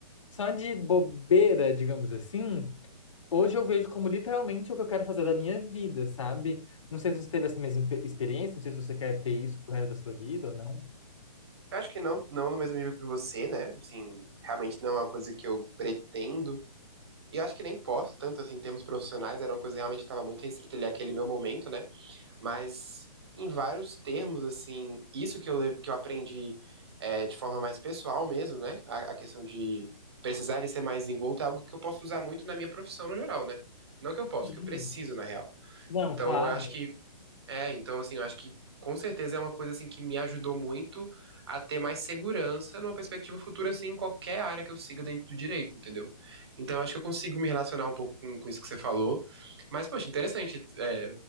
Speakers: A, on the left; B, on the right.
A: só de bobeira, digamos assim. Hoje eu vejo como literalmente o que eu quero fazer da minha vida, sabe? Não sei se você teve essa mesma pe- experiência, não sei se você quer ter isso pro resto da sua vida ou não.
B: Eu acho que não, não no mesmo nível que você, né? Assim, realmente não é uma coisa que eu pretendo. E eu acho que nem posso, tanto assim, em termos profissionais, era uma coisa realmente que estava muito restrita ali àquele meu momento, né? Mas em vários termos, assim, isso que eu, levo- que eu aprendi é, de forma mais pessoal mesmo, né? A, a questão de precisar ele ser mais envolto é algo que eu posso usar muito na minha profissão no geral, né? Não que eu posso,
A: Sim.
B: que eu preciso, na real.
A: Não,
B: Então,
A: claro.
B: eu acho que é, então assim, eu acho que com certeza é uma coisa assim que me ajudou muito a ter mais segurança numa perspectiva futura, assim, em qualquer área que eu siga dentro do direito, entendeu? Então eu acho que eu consigo me relacionar um pouco com, com isso que você falou. Mas, poxa, interessante é,